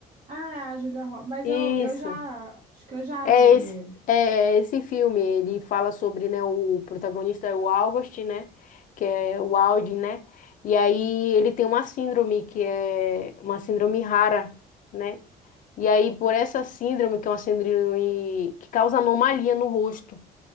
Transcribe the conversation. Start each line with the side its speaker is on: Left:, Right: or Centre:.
Right: Ah, é a Julia Roberts. Mas
Left: Isso.
Right: eu, eu já. Acho que eu já
Left: É
Right: vi
Left: esse,
Right: ele.
Left: é é esse filme, ele fala sobre, né, o protagonista é o August, né, que é o Audi, né, e aí ele tem uma síndrome que é uma síndrome rara, né, e aí por essa síndrome, que é uma síndrome que causa anomalia no rosto,